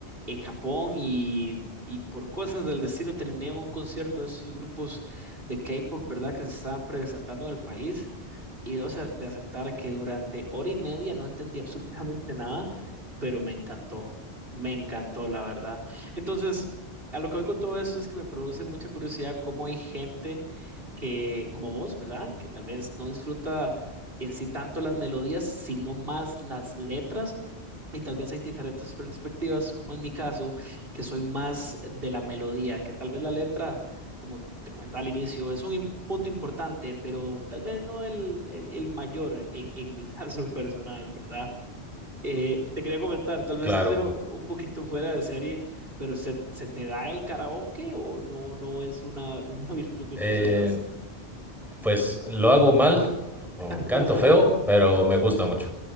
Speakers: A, on the right; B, in the centre.
A: en Japón y, y por cosas del destino terminé en un concierto de esos grupos de K-pop, ¿verdad? Que se estaban presentando en el país y dos, a- de aceptar que durante hora y media no entendí absolutamente nada, pero me encantó, me encantó, la verdad. Entonces, a lo que voy con todo esto es que me produce mucha curiosidad cómo hay gente que, como vos, ¿verdad? Que tal vez no disfruta en sí tanto las melodías, sino más las letras. Y tal vez hay diferentes perspectivas, como en mi caso, que soy más de la melodía, que tal vez la letra, como te comentaba al inicio, es un im- punto importante, pero tal vez no el, el- el mayor en, en mi <laughs> caso personal, ¿verdad? Eh, te quería comentar, tal vez
B: Claro.
A: esto sea un poquito fuera de serie, pero ¿se, se te da el karaoke o no, no es una, <laughs> una virtud que
B: Eh,
A: poseas?
B: Pues lo hago mal o
A: <laughs>
B: canto feo, pero me gusta mucho.